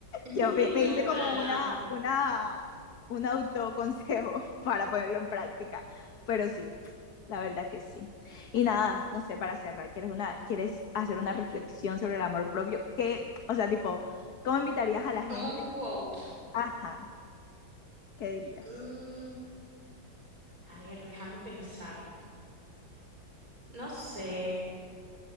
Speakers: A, on the right; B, on the left.
A: <laughs>
B: Ya me, me
A: no
B: hice
A: para
B: como
A: nada.
B: una, una, un autoconsejo <laughs> para ponerlo en práctica, pero sí, la verdad es que sí. Y nada, no sé, para cerrar, ¿quieres, una, ¿quieres hacer una reflexión sobre el amor propio? ¿Qué, o sea, tipo, cómo invitarías a la gente?
A: Como un quote.
B: Ajá, ¿qué dirías?
A: Mm, a ver, déjame pensarlo. No sé.